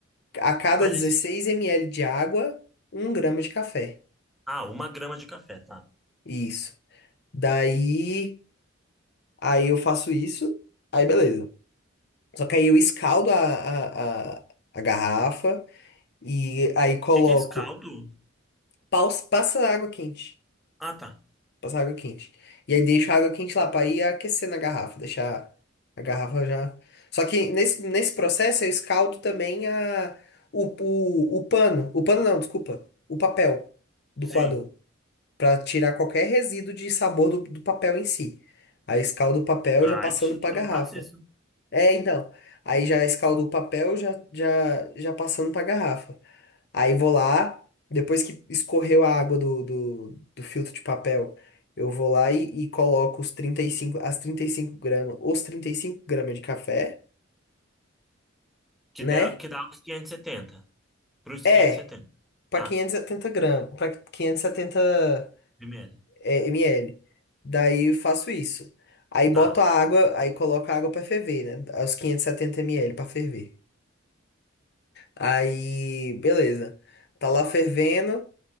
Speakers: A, on the left; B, in the centre.
A: A cada
B: Mas
A: 16
B: esse...
A: ml de água, um grama de café.
B: Ah, uma grama de café, tá. O
A: Isso. Daí, aí eu faço isso, aí beleza. Só que aí eu escaldo a, a, a a garrafa. E aí coloco.
B: que que é isso? Caldo?
A: paus- Passa água quente.
B: Ah, tá.
A: Passa água quente. E aí deixo a água quente lá pra ir aquecer na garrafa. Deixar a garrafa já. Só que nesse, nesse processo eu escaldo também a, o, o, o pano. O pano não, desculpa. O papel do
B: Sim.
A: coador. Pra tirar qualquer resíduo de sabor do, do papel em si. Aí escaldo o papel
B: Ai,
A: já passando
B: que chique,
A: pra
B: eu
A: garrafa.
B: não faço isso.
A: É, então. Aí já escaldo o papel já, já, já passando pra garrafa. Aí vou lá, depois que escorreu a água do, do, do filtro de papel, eu vou lá e, e coloco os 35 as 35 gramas, os 35 gramas de café,
B: Que
A: né?
B: dá, que dá os setenta Para os
A: É,
B: quinhentos e setenta
A: para
B: Tá.
A: 570 gramas, para 570
B: Primeiro.
A: é, ml. Daí eu faço isso. Aí boto
B: Tá.
A: a água, aí coloco a água para ferver, né? Os 570 ml para ferver. Aí, beleza. Tá lá fervendo.